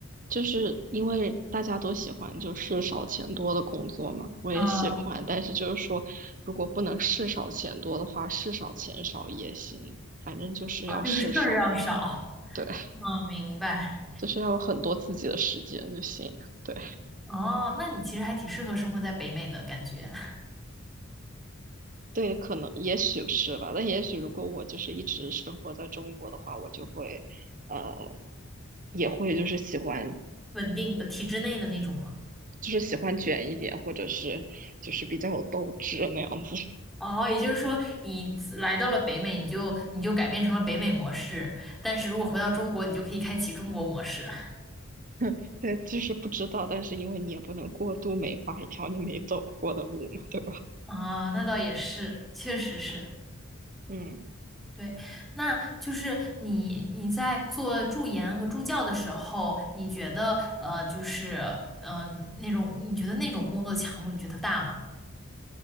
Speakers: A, on the right (about 40°); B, in the centre.
A: 就是因为大家都喜欢就是少钱多的工作嘛，我也喜欢，
B: 嗯，啊，
A: 但是就是说，如果不能事少钱多的话，事少钱少也行，反正就是要事少，
B: 就是事儿要少。
A: 对，<laughs>
B: 嗯，明白。
A: 就是要有很多自己的时间就行，对。
B: 哦，那你其实还挺适合生活在北美的感觉，
A: 对，可能也许是吧，但也许如果我就是一直生活在中国的话，我就会，呃，也会就是喜欢
B: <laughs> 稳定的体制内的那种吗？
A: 就是喜欢卷一点，或者是就是比较有斗志那样子。
B: 哦，也就是说，你自来到了北美，你就你就改变成了北美模式，但是如果回到中国，你就可以开启中国模式。
A: <laughs> 对，就是不知道，但是因为你也不能过度美化一条你没走过的路嘛，对吧？
B: 啊，那倒也是，确实是，
A: 嗯，
B: 对。那就是你你在做助研和助教的时候，你觉得呃，就是嗯、呃那种你觉得那种工作强度，你觉得大吗？